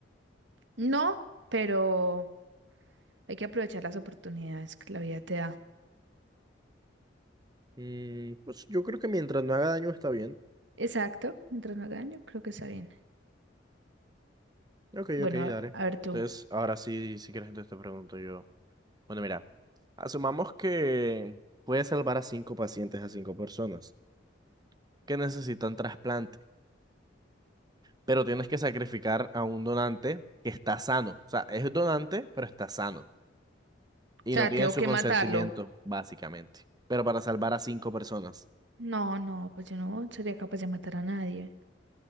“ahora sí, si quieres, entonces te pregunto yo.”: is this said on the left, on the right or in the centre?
Right